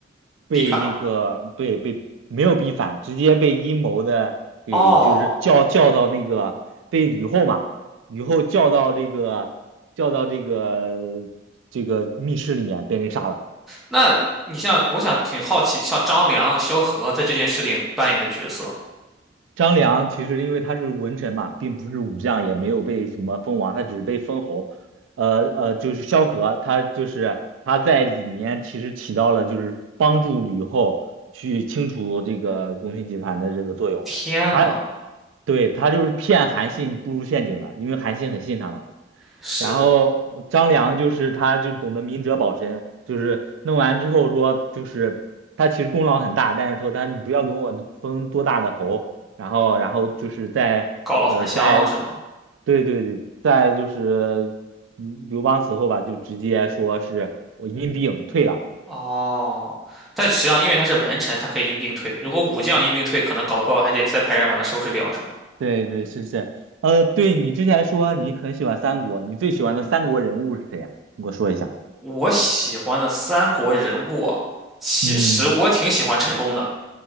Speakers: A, on the right; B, in the centre.
A: 被那个被被没有逼反，
B: 逼反了。
A: 直接被阴谋的给就是叫叫到那个被吕后嘛，
B: 哦，
A: 吕后叫到这个叫到这个这个密室里面被人杀了。
B: 那你像我想挺好奇，像张良、萧何在这件事里扮演的角色，
A: 张良其实因为他是文臣嘛，并不是武将，也没有被什么封王，他只是被封侯。呃呃，就是萧何，他就是他在里面其实起到了就是帮助吕后去清除这个功勋集团的这个作用。
B: 天呐，
A: 他对他就是骗韩信步入陷阱的，因为韩信很信他嘛。
B: 是
A: 然后张良就是他就懂得明哲保身，就是弄完之后说就是他其实功劳很大，但是说他你不要给我封多大的侯，然后然后就是在呃在
B: 告老还乡了是吗？
A: 对对对，在就是嗯刘邦死后吧，就直接说是我因病退了。
B: 哦，但实际上因为他是文臣，他可以因病退。如果武将因病退，
A: 嗯
B: 可能搞不好还得再派人把他收拾掉，是吗？
A: 对对是是，呃，对你之前说你很喜欢三国，你最喜欢的三国人物是谁呀？你给我说一下。
B: 我喜欢的三国人物啊，其实我挺喜欢陈宫的。
A: 嗯，